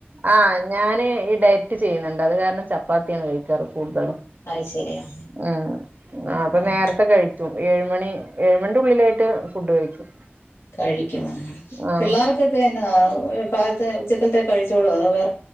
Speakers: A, on the right; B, on the left.
A: ആഹ ഞാന് ഇട ത ചെയ്യുന്നുണ്ട് അത് കാരണം ചപ്പാത്തിയണ് കഴിക്കാറ്ും കൂടുതലും
B: അത് ശരിയാ
A: ഉ ആ അപ്പൊ
B: ആഹ്
A: നേരത്തെ കഴിച്ചു ഏഴുമണി ഏഴുമണി ഉള്ളിലായിട്ട് ഫുഡ് കഴിക്കും
B: കഴിക്കുന്നത്
A: ആഹ്
B: പിള്ളേർക്കൊക്കൊ എന്നെതാ പാകത്തെ ഉപ്പ്‌ ച്ചകത്തെ കഴിച്ചോളൂ അത് വേ